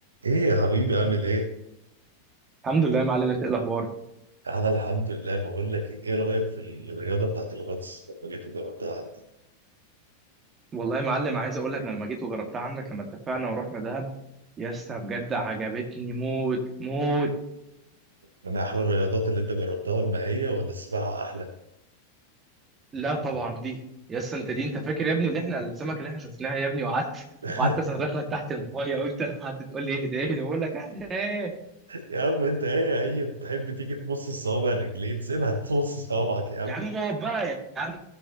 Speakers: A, on the right; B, on the right.
A: ايه يا حبيبي عامل ايه؟
B: الحمد لله يا معلم انت ايه الاخبار
A: انا الحمد لله بقول لك ايه رايك في الرياضه بتاعت الغطس لما جيت وجربتها عندك؟
B: والله يا معلم عايز اقول لك انا لما جيت وجربتها عندك لما اتفقنا ورحنا دهب يا اسطى بجد عجبتني موت موت
A: من احلى الرياضات اللي انت جربتها والمائيه ولا السباحه احلى؟
B: لا طبعا دي يا اسطى انت دي انت فاكر يا ابني اللي احنا السمكه اللي احنا شفناها يا ابني وقعدت
A: <laughs>
B: وقعدت اصرخ لك تحت الميه وانت <laughs> قعدت تقول لي اهدى اهدى بقول لك اهدى ايه
A: يا عم انت هي هي بتحب تيجي تمص الصوابع الرجلين سيبها تمص صوابعك يا عم
B: يا عم اقعد بقى يا عم